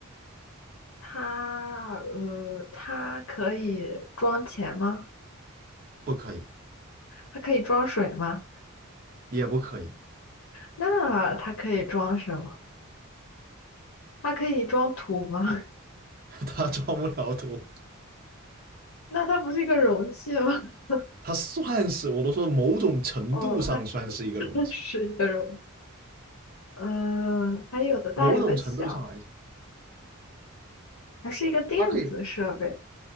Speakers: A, on the left; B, on the right.
A: 它呃，它可以装钱吗？
B: 不可以，
A: 它可以装水吗？
B: 也不可以。
A: 那它可以装什么？它可以装土吗？<laughs>
B: 他装不了多，
A: 那它不是一个容器吗？<laughs>
B: 他算是我都说某种程度上算是一个容器，
A: 哦，它是 <laughs> 是一个容器，嗯、还有的大，
B: 某种程度上来讲，
A: 有的小，还是一个电子设备。
B: 它可以